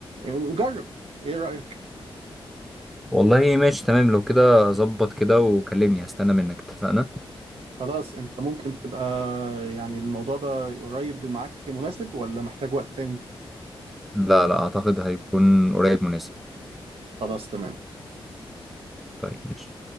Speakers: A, on the right; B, in the centre.
A: آه، جرب ايه رأيك
B: والله ماشي تمام لو كده ظبط كده وكلمني هستنى منك اتفقنا
A: خلاص انت ممكن تبقى يعني الموضوع ده قريب معاك مناسب ولا محتاج وقت تاني
B: لا لا اعتقد هيكون قريب مناسب
A: خلاص تمام
B: طيب ماشي